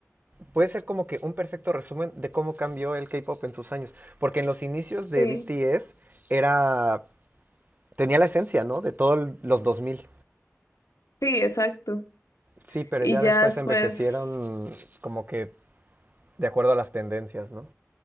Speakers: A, on the right (about 35°); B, on the left (about 85°).
A: Puede ser como que un perfecto resumen de cómo cambió el K-Pop en sus años. Porque en los inicios de
B: Sí,
A: BTS era... Tenía la esencia, ¿no? De todos los 2000.
B: sí, exacto.
A: Sí, pero
B: Y
A: ya
B: ya
A: después
B: después...
A: envejecieron como que de acuerdo a las tendencias, ¿no?